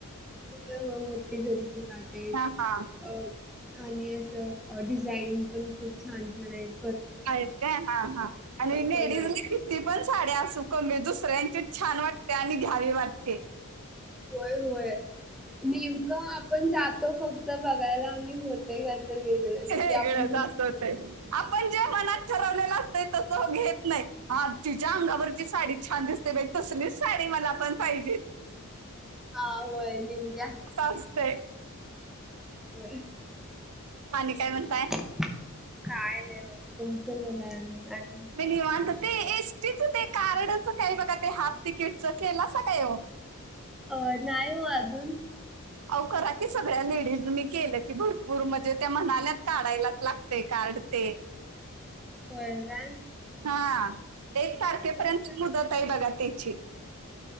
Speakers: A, in the centre; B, on the right (about 80°).
A: होय होय. मोठे जरीचे काठ आहेत.
B: हा हा
A: अ- आणि असं डिझाईन पण खूप छान छान आहेत.
B: आहेत काय? हा हा आणि लेडीज-
A: कलर
B: ती पण साडी असूनं कानी दुसऱ्यांचीच छान वाटते आणि घ्यावी वाटते.
A: होय होय नेमकं आपण जातो फक्त बघायला आणि होतय का- तर वेगळ
B: वेगळंच
A: तर ते आपण घेऊनच
B: असं
A: येतो.
B: ते आपण जे मनात ठरवलेलं असतंय तसं घेत नाहीत. हा. तुझ्या अंगावरची साडी छान दिसते बाई. तसलीच साडी मला पण पाहिजे.
A: हा होय. हम्म.
B: असतय
A: होय.
B: आणि, काय म्हणताय.
A: काय नाही म तुमच, म्हणाल आणि,
B: मग निवांत ते, एसटीच ते कार्डच काय बघा, ते हाफ तिकीटच केलासा काय ओ.
A: अ नाही हो अजून,
B: अव करा की, सगळ्या लेडीज मी केलं की, भरपूर म्हणजे त्या म्हनाल्यात काढायलाच लागतंय. ते, कार्ड ते,
A: होय. होय आन -
B: हा. एक तारखेपर्यंतची
A: काय
B: मुदत आहे बघा त्याची.